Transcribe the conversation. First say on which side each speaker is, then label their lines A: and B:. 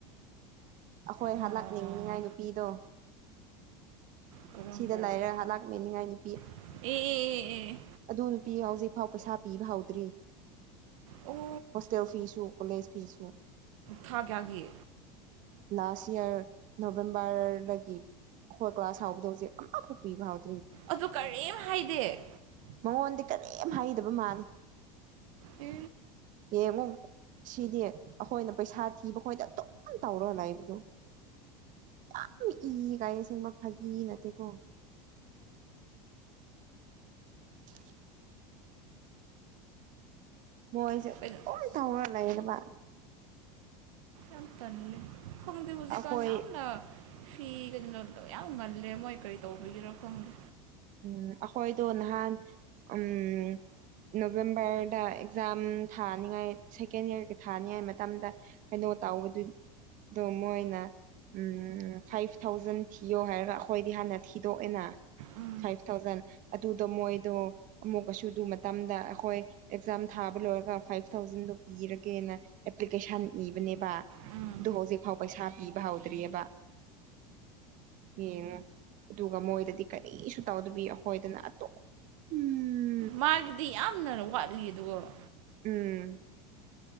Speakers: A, on the right (about 50°); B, on the right (about 70°).
A: ꯑꯈꯣꯏ
B: ꯑꯣ
A: ꯍꯜꯂꯛꯅꯤꯡꯅꯤꯉꯥꯏ ꯅꯨꯄꯤꯗꯣ
B: ꯀꯔꯝꯕꯔꯣ
A: ꯁꯤꯗ ꯂꯥꯏꯔꯒ ꯍꯜꯂꯥꯛꯃꯤꯅꯤꯡꯉꯥꯏꯅꯤ
B: ꯑꯦ ꯑꯦ ꯑꯦ ꯑꯦ
A: ꯑꯗꯨ ꯅꯨꯄꯤ ꯍꯧꯖꯤꯛꯐꯥꯎ ꯄꯩꯁꯥ ꯄꯤꯕ ꯍꯧꯗ꯭ꯔꯤ
B: ꯑꯣ
A: ꯍꯣꯁꯇꯦꯜ ꯐꯤꯁꯁꯨ ꯀꯣꯂꯦꯖ ꯐꯤꯁꯁꯨ
B: ꯊꯥ ꯀꯌꯥꯒꯤ
A: ꯂꯥꯁ ꯌꯌꯥꯔ ꯅꯣꯕꯦꯝꯕꯔꯗꯒꯤ ꯑꯩꯈꯣꯏ ꯀ꯭ꯂꯥꯁ ꯍꯥꯎꯕꯗ ꯍꯧꯖꯤꯛ ꯑꯃꯐꯥꯎ ꯄꯤꯕ ꯍꯧꯥ
B: ꯑꯗꯨ ꯀꯔꯤꯝ ꯍꯥꯏꯗꯦ
A: ꯃꯉꯣꯟꯗꯤ ꯀꯔꯤꯝ ꯍꯥꯏꯗꯕ ꯃꯥꯜꯂꯤ
B: ꯑꯦ
A: ꯌꯦꯡꯉꯣ ꯁꯤꯗꯤ ꯑꯈꯣꯏꯅ ꯄꯩꯁꯥ ꯊꯤꯕ ꯑꯈꯣꯏꯗ ꯑꯗꯨꯝ ꯇꯧꯔꯒ ꯂꯩꯕꯗꯣ ꯌꯥꯝ ꯏ ꯀꯥꯏꯌꯦ ꯑꯁꯦꯡꯕ ꯐꯥꯒꯤ ꯅꯠꯇꯦꯀꯣ <inaudible> ꯃꯣꯏꯁ
B: ꯀꯩꯅꯣ
A: ꯑꯣꯏ ꯇꯧꯔ ꯂꯩꯥꯔꯕ
B: ꯌꯥꯝ ꯇꯜꯂꯦ ꯈꯪꯗꯦ ꯍꯧꯖꯤꯛꯀꯟ
A: ꯑꯩꯈꯣꯏ
B: ꯌꯥꯝꯅ ꯐꯤ ꯀꯩꯅꯣꯗꯣ ꯌꯥꯝ ꯉꯜꯂꯦ ꯃꯣꯏ ꯀꯔꯤ ꯇꯧꯕꯒꯤꯔꯥ ꯈꯪꯗꯦ
A: ꯎꯝ ꯑꯩꯈꯣꯏꯗꯣ ꯅꯍꯥꯟ ꯎꯝ ꯅꯣꯕꯦꯝꯕꯔꯗ ꯑꯦꯛꯖꯥꯝ ꯊꯥꯅꯤꯡꯉꯥꯏ ꯁꯦꯀꯦꯟ ꯌꯌꯥꯔꯒꯤ ꯊꯥꯅꯤꯉꯥꯏ ꯃꯇꯝꯗ ꯀꯩꯅꯣ ꯇꯧꯕ ꯗꯨ ꯗꯨ ꯃꯣꯏꯅ ꯎꯝ ꯐꯥꯏꯚ ꯊꯥꯎꯖꯟ ꯊꯤꯌꯣ ꯍꯥꯏꯔꯒ ꯑꯩꯈꯣꯏꯗꯤ ꯍꯥꯟꯅ ꯊꯤꯗꯣꯛꯑꯦꯅ
B: ꯎꯝ
A: ꯐꯥꯏꯚ ꯊꯥꯎꯖꯟ ꯑꯗꯨꯗꯣ ꯃꯣꯏꯗꯣ ꯑꯃꯨꯛ ꯀꯁꯨ ꯑꯗꯨ ꯃꯇꯝꯗ ꯑꯩꯈꯣꯏ ꯑꯦꯛꯖꯥꯝ ꯊꯥꯕ ꯂꯣꯏꯔꯒ ꯐꯥꯏꯚ ꯊꯥꯎꯖꯟꯗꯣ ꯄꯤꯔꯒꯦꯅ ꯑꯦꯄ꯭ꯂꯤꯀꯦꯁꯟ ꯏꯕꯅꯦꯕ
B: ꯎꯝ
A: ꯑꯗꯨ ꯍꯧꯖꯤꯛꯐꯥꯎ ꯄꯩꯁꯥ ꯄꯤꯕ ꯍꯧꯗ꯭ꯔꯤꯑꯕ ꯌꯦꯡꯉꯣ ꯑꯗꯨꯒ ꯃꯣꯏꯗꯗꯤ ꯀꯩ ꯔꯤꯁꯨ ꯇꯧꯗꯕꯤ ꯑꯩꯈꯣꯏꯗꯅ ꯑꯗꯨꯝ ꯎꯝ
B: ꯃꯥꯒꯤꯗꯤ ꯌꯥꯝꯅ ꯋꯥꯠꯂꯤ ꯑꯗꯨꯒ
A: ꯎꯝ